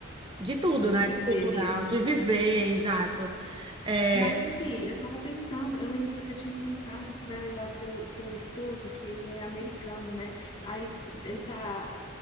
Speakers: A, on the right; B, on the left.
A: de tudo,
B: De
A: né?
B: viver
A: De Cultural,
B: mesmo.
A: de viver, exato. É,
B: Mas aqui, eu tava pensando, eu lembro que você tinha comentado que vai levar seu, seu esposo, que ele é americano, né? Aí s- ele tá,